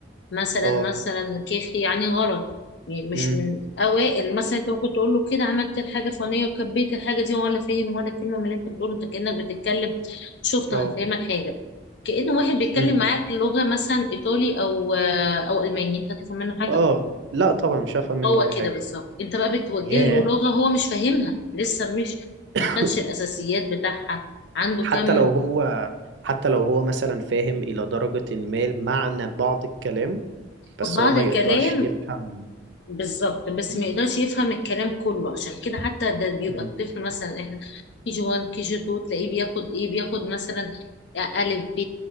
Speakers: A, on the left; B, on the right.
A: مثلا
B: اه
A: مثلا كيخي يعني غلط يعني مش
B: امم
A: من اوائل مثلا انت ممكن تقول له كده عملت الحاجة الفلانية وكبيت الحاجة دي ولا فاهم ولا كلمة من اللي انت بتقوله انت كأنك بتتكلم شفت
B: اه
A: هفهمك حاجة كأن واحد بيتكلم
B: امم
A: معاك لغة مثلا ايطالي او آه، او الماني انت هتفهم منه حاجة
B: اه لا طبعا مش هفهم منه
A: هو
B: اي
A: كده
B: حاجه
A: بالظبط انت بقى بتوجه
B: ياه
A: له لغة هو مش فاهمها لسه مش
B: <laughs>
A: ما خدش الاساسيات بتاعها
B: <coughs>
A: عنده
B: حتى
A: كم
B: لو هو حتى لو هو مثلا فاهم الى درجه ما معنى بعض الكلام بس
A: بعض
B: هو ما
A: الكلام
B: يقدرش يفهم
A: بالظبط بس
B: امم
A: ما يقدرش يفهم الكلام كله عشان كده حتى ده بيبقى
B: امم
A: الطفل مثلا احنا كي جي 1 كي جي 2 تلاقيه بياخد ايه بياخد مثلا الف ب